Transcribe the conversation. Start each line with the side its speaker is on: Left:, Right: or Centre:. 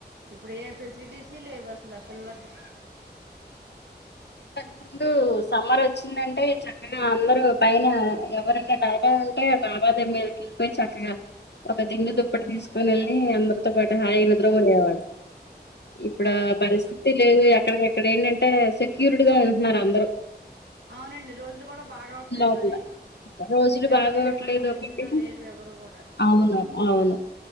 Right: ఇప్పుడే ఫెసిడిసి లేవసల పిల్లకు
Left: ముందు సమ్మర్ వచ్చిందంటే చక్కగా అందరూ పైన ఎవరైనా డాబా ఉంటే ఆ డాబా మీదకి వెళ్ళిపోయి చక్కగా ఒక దిండు దుప్పటి తీసుకొని వెళ్ళి అందరితో పాటు హాయి నిద్రపోయేవాళ్లు. ఇప్పుడా పరిస్థి తిర్ లేదే అక్కడ ఎక్కడ ఏంటంటే సెక్యూర్డ్ గా ఉంటున్నారు అందరూ
Right: అవునండి రోజులు కూడా బాగోవట్లేదు
Left: లోపల
Right: మరి
Left: రోజులు
Right: ఎవరిని
Left: బాగోట్లేదు
Right: నమ్మే పొజిషన్
Left: ఒకటి
Right: లో లేరు ఎవరు కూడా
Left: అవును అవును